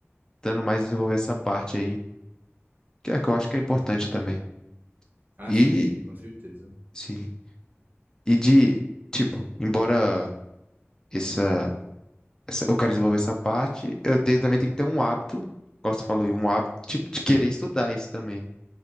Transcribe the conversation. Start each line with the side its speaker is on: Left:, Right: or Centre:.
Left: dando mais desenvolver essa parte aí, que é que eu acho que é importante também.
Right: Ah,
Left: E
Right: sim, sim, com certeza.
Left: sim. E de, tipo, embora essa, essa- eu quero desenvolver essa parte, eu tenho, também tenho que ter um hábito, como você falou, aí, um hábito, tipo, de querer estudar isso também.